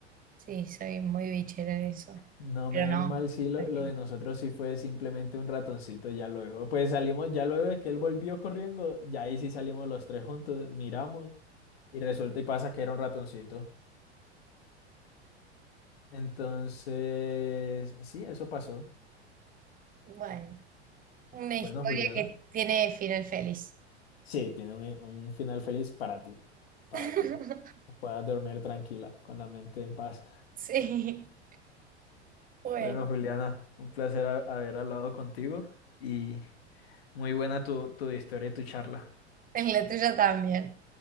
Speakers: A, on the right (about 25°); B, on the left (about 60°).
A: Sí, soy muy bichera en eso.
B: No,
A: Pero
B: menos
A: no,
B: mal, sí, lo,
A: prefiero-
B: lo de nosotros sí fue simplemente un ratoncito ya luego. Pues salimos, ya luego de que él volvió corriendo, ya ahí sí salimos los tres juntos, miramos y resulta y pasa que era un ratoncito. Entonces, sí, eso pasó.
A: bueno, una historia
B: Bueno, Juliana.
A: que tiene final feliz.
B: Sí, tiene un, un final feliz para ti, para
A: <laughs>
B: que puedas dormir tranquila, con la mente en paz. <laughs>
A: Sí, bueno,
B: Bueno, Juliana, un placer ha- haber hablado contigo y muy buena tu, tu historia y tu charla.
A: en la tuya también.